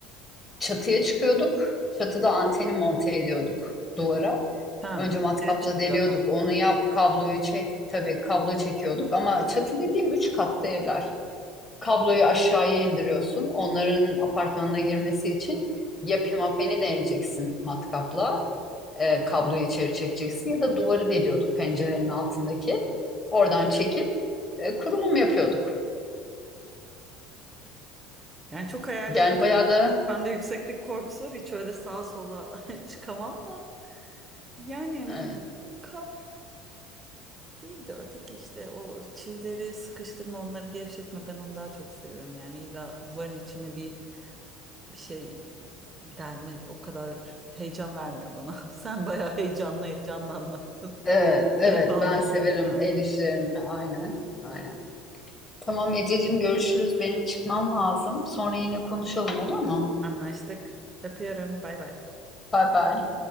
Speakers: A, on the left (about 25°); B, on the right (about 20°).
A: çatıya çıkıyorduk. Çatıda anteni monte ediyorduk duvara.
B: Tamam.
A: Önce matkapla
B: Suya çıkıyordu.
A: deliyorduk. Onu yap, kabloyu çek. Tabii kablo çekiyorduk ama çatı dediğim üç katlı evler kabloyu aşağıya indiriyorsun. Onların apartmanına girmesi için ya pimapeni deleceksin matkapla, e, kabloyu içeri çekeceksin ya da duvarı deliyorduk pencerenin altındaki. Oradan çekip e, kurulum yapıyorduk.
B: Yani çok hayalledim.
A: Yani bayağı da
B: Ben de yükseklik korkusu var. Hiç öyle sağa sola <laughs> çıkamam da. Yani
A: e,
B: kap değil de öteki işte o çivileri sıkıştırma onları gevşetme ben onu daha çok seviyorum. Yani illa duvarın içine bir bir şey delme o kadar heyecan vermiyor bana. <laughs> Sen bayağı heyecanlı heyecanlı anlattın.
A: evet, evet
B: Keyif almıyorum
A: ben severim
B: yani.
A: el işlerini aynen aynen. Tamam Ececiğim görüşürüz. Benim çıkmam lazım. Sonra yine konuşalım olur mu?
B: Anlaştık. Öpüyorum. Bay bay.
A: Bay bay.